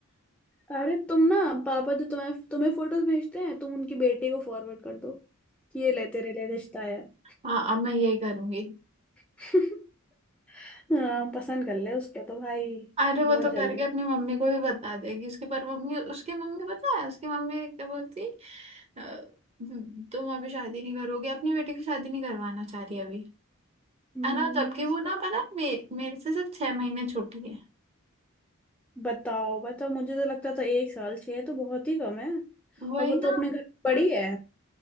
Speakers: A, in the centre; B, on the right.
A: अरे तुम ना पापा जो तुम्हें तुम्हें फोटोज भेजते हैं तुम उनकी बेटी को फॉरवर्ड कर दो कि ये ले तेरे लिए रिश्ता आया है।
B: हाँ अब मैं यही करूंगी
A: <laughs> हाँ पसंद कर ले उसको तो भाई
B: अरे
A: बहुत
B: वो तो
A: जल्दी
B: करके
A: है।
B: अपनी मम्मी को भी बता देगी उसकी पर मम्मी उसकी मम्मी पता है उसकी मम्मी क्या बोलती अ, "हम्म, तुम अभी शादी नहीं करोगे अपनी बेटी की शादी नहीं करवाना चाह रही अभी
A: हम्म
B: है ना जबकि
A: उसको
B: वो ना पता मे, मेरे से सिर्फ छह महीने छोटी है
A: बताओ बताओ मुझे तो लगता था एक साल छह तो बहुत ही कम है
B: वही
A: और वो तो
B: ना
A: अपने घर में बड़ी है